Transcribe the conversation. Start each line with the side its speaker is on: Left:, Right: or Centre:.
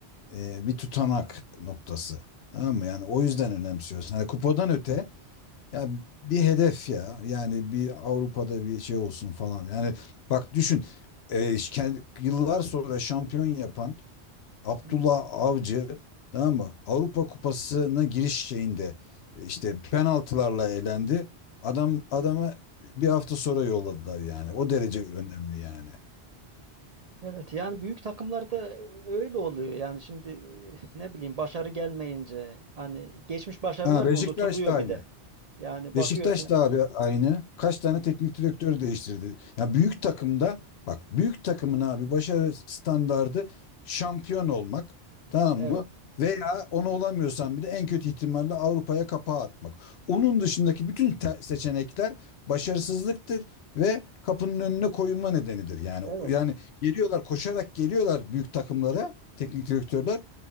Left: e, bir tutanak noktası. Tamam mı? Yani o yüzden
Right: Evet.
Left: önemsiyorsun. Hani kupadan öte ya bir hedef ya. Yani bir Avrupa'da bir şey olsun falan. Yani bak düşün. E, kendi- yıllar sonra şampiyon yapan Abdullah
Right: Hı
Left: Avcı tamam mı? Avrupa Kupası'na giriş şeyinde e, işte penaltılarla elendi. Adam adama
Right: hı. <laughs>
Left: bir hafta sonra yolladılar yani. O derece önemli yani.
Right: Evet yani büyük takımlarda öyle oluyor yani şimdi e, ne bileyim başarı gelmeyince hani geçmiş başarılar
Left: Ha, Beşiktaş
Right: da unutuluyor
Left: da aynı.
Right: bir de. Yani bakıyorsun.
Left: Beşiktaş da abi aynı. Kaç tane
Right: Heh,
Left: teknik direktör değiştirdi. Yani büyük takımda bak büyük takımın abi başarı standardı şampiyon olmak. Tamam
Right: Evet.
Left: mı? Veya onu olamıyorsan bile en kötü ihtimalle Avrupa'ya kapağı atmak. Onun dışındaki bütün te- seçenekler başarısızlıktır ve kapının önüne koyulma nedenidir. Yani
Right: Evet.
Left: yani geliyorlar koşarak geliyorlar büyük takımlara teknik direktörler